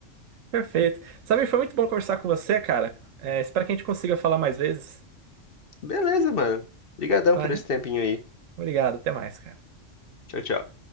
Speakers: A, on the right; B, on the left.
A: Perfeito. Samir, foi muito bom conversar com você, cara. É, espero que a gente consiga falar mais vezes.
B: Beleza, mano. Obrigadão
A: Vai,
B: por esse
A: né?
B: tempinho aí.
A: Obrigado, até mais, cara.
B: Tchau, tchau.